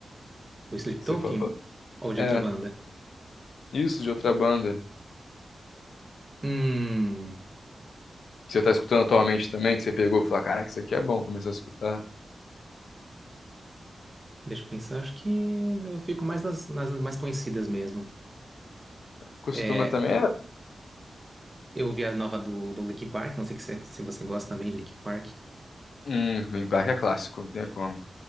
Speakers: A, on the right; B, on the left.
A: Do Sleep
B: que você
A: Token?
B: falou?
A: Ou de
B: É,
A: outra banda?
B: isso de outra banda.
A: Hum.
B: que Você tá escutando atualmente também, que você pegou e falou, caraca, isso aqui é bom, começou a escutar.
A: Deixa eu pensar, acho que eu fico mais nas, nas mais conhecidas mesmo.
B: Costuma
A: É,
B: também é.
A: eu ouvi a nova do, do Linkin Park, não sei que se, se você gosta também de Linkin Park.
B: Hum, Linkin Park é clássico, não tem como.